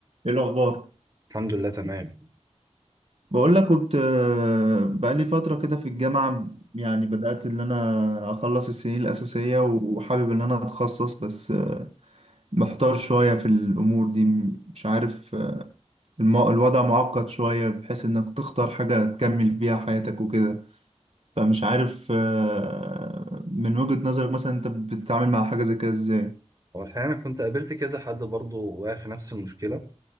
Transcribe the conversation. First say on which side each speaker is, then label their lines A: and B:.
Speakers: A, on the right; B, on the right.
A: ايه الاخبار
B: الحمد لله تمام
A: بقول لك كنت آه، بقالي فتره كده في الجامعه يعني بدات ان انا اخلص السنين الاساسيه وحابب ان انا اتخصص بس آه، محتار شويه في الامور دي مش عارف آه، الم- الوضع معقد شويه بحيث انك تختار حاجه تكمل بيها حياتك وكده فمش عارف آه، من وجهه نظرك مثلا انت بتتعامل مع حاجه زي كده ازاي
B: هو الحقيقة أنا كنت قابلت كذا حد برضه واقع في نفس المشكلة